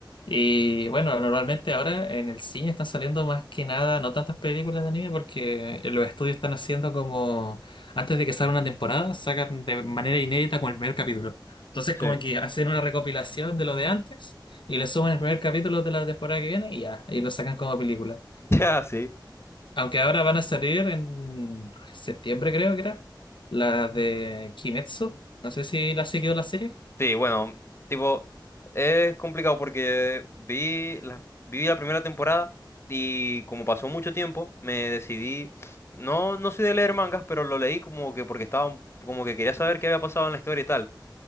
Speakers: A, on the left (about 75°); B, on the left (about 30°).
A: Y bueno, normalmente ahora en el cine están saliendo más que nada, no tantas películas de anime, porque los estudios están haciendo como, antes de que salga una temporada, sacan de manera inédita con el primer capítulo. Entonces
B: Sí.
A: como que hacen una recopilación de lo de antes y le suman el primer capítulo de la temporada que viene y ya, y lo sacan como película.
B: <laughs> Ya, sí.
A: Aunque ahora van a salir en septiembre, creo que era, la de Kimetsu. No sé si la has seguido la serie.
B: Sí, bueno, tipo, es complicado porque vi la, vi la primera temporada y como pasó mucho tiempo, me decidí, no, no soy de leer mangas, pero lo leí como que porque estaba, un- como que quería saber qué había pasado en la historia y tal.